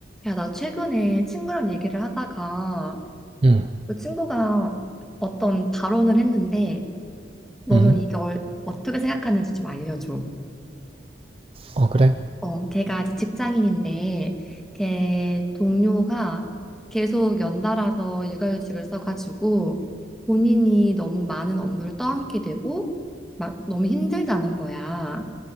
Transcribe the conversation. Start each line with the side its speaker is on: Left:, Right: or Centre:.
Centre: 야, 나 최근에 친구랑 얘기를 하다가
Right: 음.
Centre: 그 친구가 어떤 발언을 했는데 너는
Right: 음.
Centre: 이걸 어떻게 생각하는지 좀 알려줘.
Right: 어 그래?
Centre: 어, 걔가 이제 직장인인데 걔 동료가 계속 연달아서 육아휴직을 써가지고 본인이 너무 많은 업무를 떠안게 되고 막 너무 힘들다는 거야.